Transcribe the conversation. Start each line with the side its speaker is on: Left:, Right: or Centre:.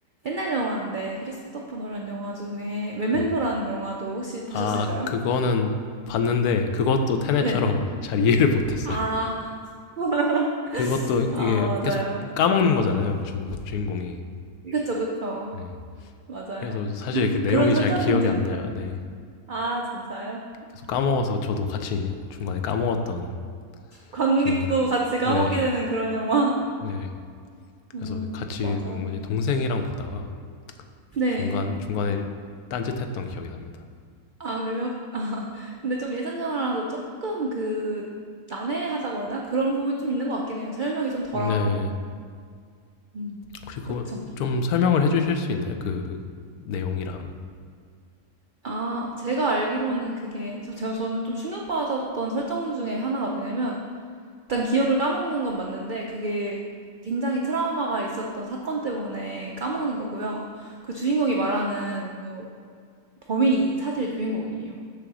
Right: 옛날 영화인데, 크리스토퍼 노란 영화 중에, 메멘토라는
Left: 네.
Right: 영화도 혹시 보셨을까요?
Left: 아 그거는 봤는데 그것도 테넷처럼
Right: 네.
Left: <laughs> 잘 이해를 못 했어요.
Right: 아, <laughs>
Left: 그것도
Right: 아,
Left: 이게
Right: 맞아요.
Left: 계속 까먹는 거잖아요, 주인 주인공이.
Right: 그쵸, 그쵸.
Left: 네.
Right: 맞아요.
Left: 그래서 사실 그 내용이
Right: 그런 설정이
Left: 잘 기억이
Right: 좀
Left: 안
Right: 있죠.
Left: 나요. 네.
Right: 아, 진짜요?
Left: 계속 까먹어서 저도 같이 중간에 까먹었던
Right: 관객도
Left: 기억이 나.
Right: 같이 까먹게
Left: 네.
Right: 되는 그런 영화.
Left: 네.
Right: 음,
Left: 그래서 같이
Right: 맞아요.
Left: 누구지? 동생이랑 보다가
Right: 네.
Left: 중간 중간에 딴짓했던 기억이 납니다.
Right: 아 그래요? <laughs> 아 근데 좀 예전 영화라서 조금 그 난해하다고 해야 나 그런 부분이 좀 있는 것 같긴 해요. 설명이 좀 덜하고.
Left: 네.
Right: 음.
Left: 혹시 그거
Right: 그쵸.
Left: 좀 설명을 해주실 수 있나요? 그 내용이랑
Right: 아 제가 알기로는 그게 저 저 저는 좀 충격받았던 설정 중에 하나가 뭐냐면 일단 기억을 까먹는 건 맞는데 그게 굉장히 트라우마가 있었던 사건 때문에 까먹는 거고요. 그 주인공이 말하는 뭐 범인이 사실 주인공이에요.